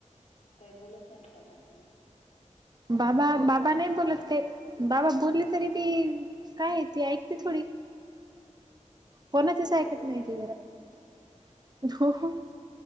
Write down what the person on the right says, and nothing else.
बाबा बाबा नाही बोलत काय. बाबा बोलले तरी बी काय ती ऐकते थोडी! कोणातच
ऐकत
नाही ती घरात.
हो